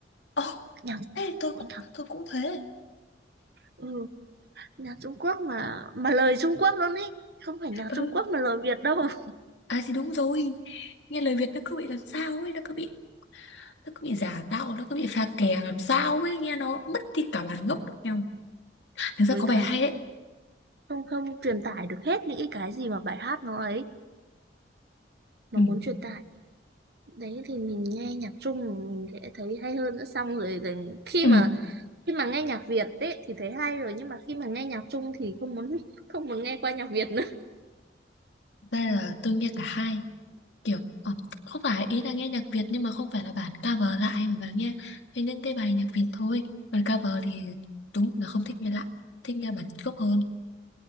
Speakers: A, on the left (about 80°); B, on the right (about 60°).
A: Ồ,
B: Nhạc,
A: ê tôi
B: ôi,
A: cũng
B: nhạc,
A: tôi cũng thế
B: ừ, nhạc Trung Quốc mà mà lời Trung Quốc luôn ấy. Không phải nhạc
A: ừ
B: Trung Quốc mà lời Việt đâu. <laughs>
A: à thì đúng rồi nghe lời Việt nó cứ bị làm sao ấy nó cứ bị nó cứ bị giả tạo nó cứ bị pha kè làm sao ấy nghe nó mất đi cả bản gốc lẫn nhau Thực ra
B: Với
A: có
B: cả
A: bài hay đấy.
B: không không truyền tải được hết những cái gì mà bài hát nó ấy, nó
A: Ừ.
B: muốn truyền tải. Đấy thì mình nghe nhạc Trung mình sẽ thấy hay hơn nữa. Xong rồi thì khi
A: Ừ.
B: mà khi mà nghe nhạc Việt ấy thì thấy hay rồi nhưng mà khi mà nghe nhạc Trung thì không muốn <laughs> không muốn nghe qua nhạc Việt nữa
A: Đây là tôi nghe cả hai. Kiểu, ờ, không phải ý là nghe nhạc Việt nhưng mà không phải là bản cover lại mà bà nghe nghe những cái bài nhạc Việt thôi. Bản cover thì đúng là không thích nghe lại. Thích nghe bản gốc hơn.